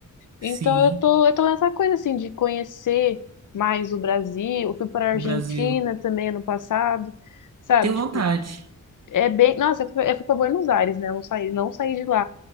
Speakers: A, on the right; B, on the left.
A: sim.
B: Então eu tô, eu tô nessa coisa assim de conhecer mais o Brasil. Eu fui para a Argentina
A: O Brasil.
B: também ano passado, sabe?
A: Tenho
B: Tipo,
A: vontade.
B: é bem. Nossa, eu fui, eu fui para Buenos Aires, né? Eu não saí, não saí de lá.